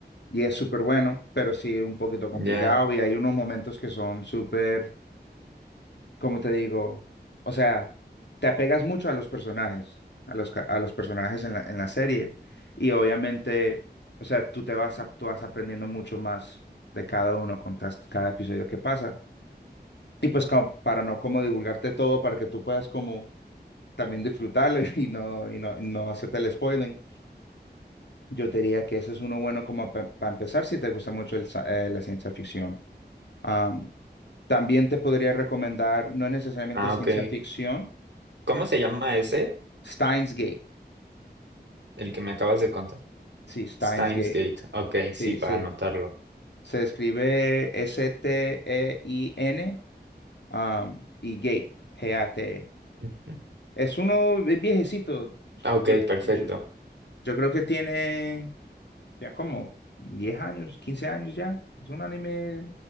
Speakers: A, on the left (about 80°); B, on the right (about 80°).
A: Y es súper bueno, pero sí un poquito complicado
B: ya.
A: y hay unos momentos que son súper, como te digo? O sea, te apegas mucho a los personajes, a los, ca- a los personajes en la, en la serie y obviamente, o sea, tú te vas, a- tú vas aprendiendo mucho más de cada uno con tas- cada episodio que pasa. Y pues como para no como divulgarte todo, para que tú puedas como también disfrutarlo <laughs> y no, y no, y no hacerte el spoiling Yo te diría que ese es uno bueno como para empezar si te gusta mucho el sa- eh, la ciencia ficción. Am, también te podría recomendar, no es necesariamente
B: Ah,
A: ciencia
B: ok.
A: ficción,
B: ¿Cómo se llama ese?
A: Steins Gate.
B: El que me acabas de contar.
A: Sí, Steins
B: Steins
A: Gate.
B: Gate. Ok,
A: Sí,
B: sí, para
A: se,
B: anotarlo.
A: se escribe S-T-E-I-N am, y Gate, G-A-T-E.
B: Ujú.
A: Es uno vi- viejecito.
B: Ok,
A: Yo,
B: perfecto.
A: yo, yo creo que tiene ya como 10 años, 15 años ya. Es un anime,